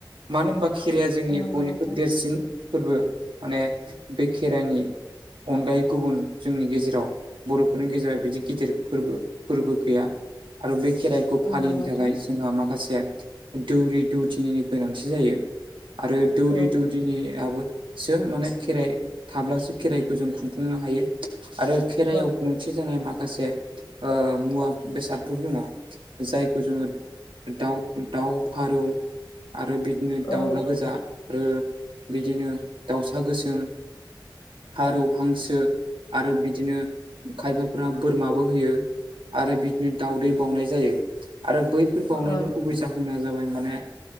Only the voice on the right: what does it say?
मानो होनबा खेराइाया जोंनि
बयनिख्रुइ
देरसिन फोरबो माने बे खेराइनि अनगायै गुबुन जोंनि गेजेराव बर'फोरनि गेजेराव बिदि गिदिर फोरबो फोरबो गैया आरो बे खेराइखौ फालिनो
थाखाय जोंहा माखासे दौरि दौदिनिनि गोनांथि जायो आरो दौरि
दौदिनियाबो सो माने खेराइ थाब्लासो खेराइखौ जों खुंफुंनो हायो आरो खेराइआव
थि जानाय माखासे ओ मुवा बेसादफोर दङ जायखौ जोङो दाउ दाउ फारौ आरो बिदिनो दाउला
गोजा आरो बिदिनो दाउसा गोसोम फारौ हांसो आरो बिदिनो खायबाफोरा बोरमाबो होयो आरो बिदिनो दाउदै बावनाय जायो आरो बै बेफोर बावनायनि
गुबै जाहोना जाबाय माने